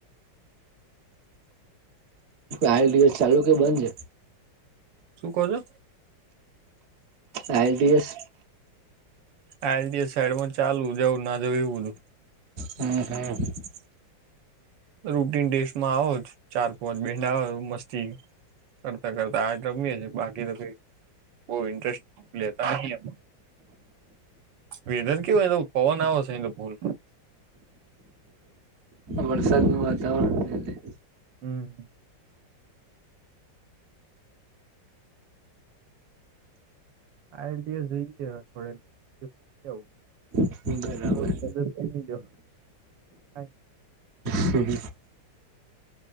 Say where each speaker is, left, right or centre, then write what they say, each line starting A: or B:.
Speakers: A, on the right (about 50°); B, on the right (about 80°).
A: આલ દિવસ ચાલુ કે બંધ છે?
B: શું કો છો?
A: આયલટીએસ
B: આયલટીએસ સાઈડ માં ચાલુ જવું ના જવું એવું બધું
A: હમ હમ
B: રૂટીન ડેશમાં આવો ચાર પાંચ બેન્ડ આવ મસ્તી કરતા કરતા આ જ રમીએ છીએ બાકી તો કઈ બહ ઇન્ટરેસ્ટ લેતા નહી. વેધર કેવય તો પવન આવશે તો ભૂલ
A: વરસાદનું વાતાવરણ છે ને
B: હમ હ આયલટીએસ થોડે <unintelligible>
A: એટલે બરાબર
B: બ મદદ થઈ નઈ જો કાઈ
A: <unintelligible>